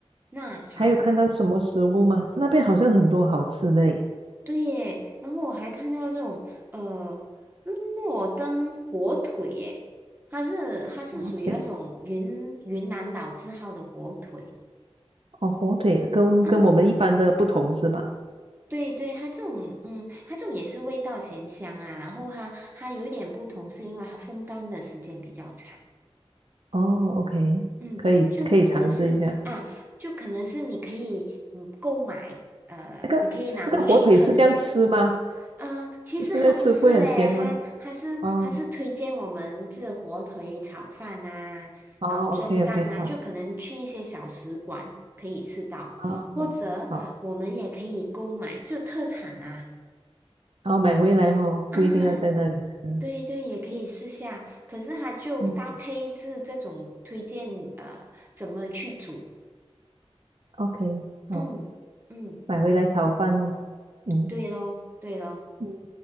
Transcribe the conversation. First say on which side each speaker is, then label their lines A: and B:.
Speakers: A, on the right; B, on the right.
A: 那好。
B: 还有看到什么食物吗？那边好像很多好吃的诶，
A: 对耶，然后我还看到这种呃嗯诺登火腿耶，它是它是属于那种云云南老字号的火腿。
B: 火腿哦，火腿跟跟我们一般的不同是吧？
A: 嗯，对对，它这种嗯，它这种也是味道咸香啊，然后它它有一点不同，是因为它风干的时间比较长。
B: 哦，OK，
A: 嗯，
B: 可以可以尝试一下。
A: 就可能是啊，就可能是你可以嗯购买呃，
B: 那个那个火腿是这样吃吗？
A: 你可以拿回去特产。嗯，呃其实还不是嘞，
B: 就是那样吃不会很咸吗？
A: 还还是还是推荐我们这火腿炒饭啊，
B: 哦哦，OK
A: 然后蒸蛋啊，
B: OK，好，
A: 就可能去一些小食馆可以吃到，
B: 哦
A: 或者我们也可以购买，
B: 好，
A: 就特产啊
B: 然后买回来哦，
A: 啊，
B: 不一定要在那里吃。
A: 对对，也可以试下。可是它就搭配是这种推荐，
B: 嗯
A: 呃，怎么去煮？
B: ，OK，
A: 嗯嗯，
B: 好，买回来炒饭哦。嗯
A: 对咯对咯。
B: 嗯，